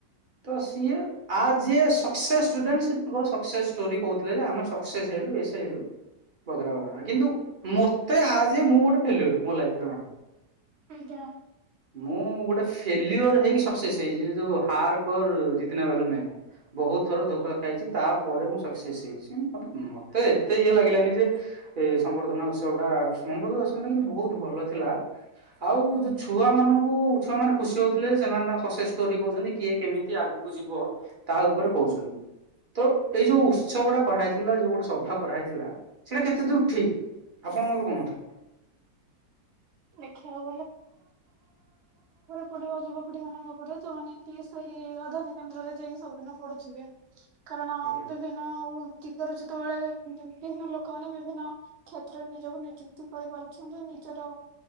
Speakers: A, on the right; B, on the right.
A: ତ ସିଏ ଆଜଏ ସକ୍ସେସ୍ ଷ୍ଟୁଡେଣ୍ଟ ମେ ତାଙ୍କର ସକ୍ସେସ୍ ଷ୍ଟୋରି କହୁଥିଲେ ଯେ ଆମେ ସକ୍ସେସ୍ ହେଲୁ ଏସେ ହେଲୁ ବଗେରାବ ଗେରା କିନ୍ତୁ ମତେ ଆଜ ଏ ମୁଁ ଗୋଟେ ଫେଲୁଅର ମୋ ଲାଇଫରେ ମ୍ୟାଡମ।
B: ଆଜ୍ଞା।
A: ମୁଁ ଗୋଟେ ଫେଲିୟୋର ହେଇକି ସକ୍ସେସ୍ ହେଇ ଯୋଉ ହାର୍ କ ଜିତେ ନାଁ ବାଲା ମେ ହୁଁ ବହୁତ ଥର ଧୋକା
B: ହଁ
A: ଖାଇଛି। ତା ପରେ ମୁଁ ସକ୍ସେସ୍ ହେଇଛି। ମତେ ମତେ ଏତେ ଇଏ ଲାଗିଲାନି ଯେ ଏ ସମ୍ବର୍ଦ୍ଧନା ଉତ୍ସବ ଟା ସମ୍ବର୍ଦ୍ଧନା ଦର୍ଶନ ଟା କିନ୍ତୁ ବହୁତ ଭଲ ଥିଲା। ଆଉ ଯୋଉ ଛୁଆ ମାନଙ୍କୁ ଛୁଆ ମାନେ ଖୁସି ହଉଥିଲେ। ସେମାନେ ତାଙ୍କ ସକ୍ସେସ୍ ଷ୍ଟୋରି କହୁଛନ୍ତି। କିଏ କେମିତି ଆଗକୁ ଯିବ ତା ଉପରେ କହୁଛନ୍ତି। ତ ଏଇ ଯୋଉ ଉତ୍ସବଟା କରାହେଇଥିଲା ଯୋଉ ଗୋଟେ ସଭା କରାହେଇଥିଲା ସେଇଟା କେତେ ଦୂର ଠିକ୍ ଆପଣଙ୍କର କଣ ମତ?
B: ଦେଖିବାକୁ ପଢିବ ଯୁବପିଢି ମାନଙ୍କ ଉପରେ ଯୋଉମାନେ କି ସେଇ ଅଧ୍ୟୟନ କେନ୍ଦ୍ରରେ ଯାଇକି ସବୁଦିନ ପଢୁଥିବେ। କାରଣ
A: ଆଜ୍ଞା
B: ବିଭିନ୍ନ ଚତ ରଚିତ ବେଳେ ବିଭିନ୍ନ ଲୋକମାନେ ବିଭିନ୍ନ କ୍ଷେତ୍ରରେ ନିଜକୁ ନିଯୁକ୍ତି କରିପାରୁଛନ୍ତି। ନିଜର